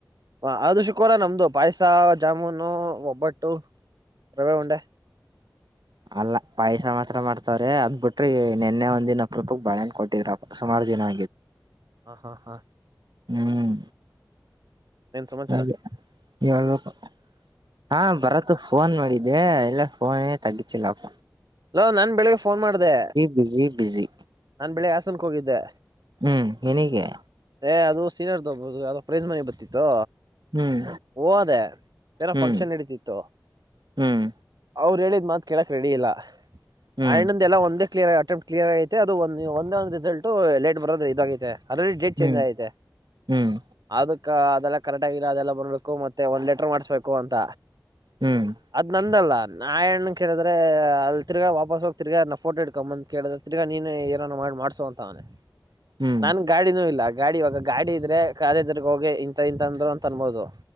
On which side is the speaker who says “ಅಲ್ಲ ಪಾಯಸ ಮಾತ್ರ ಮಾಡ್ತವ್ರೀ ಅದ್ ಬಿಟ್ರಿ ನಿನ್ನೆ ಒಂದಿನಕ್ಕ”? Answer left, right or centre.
Right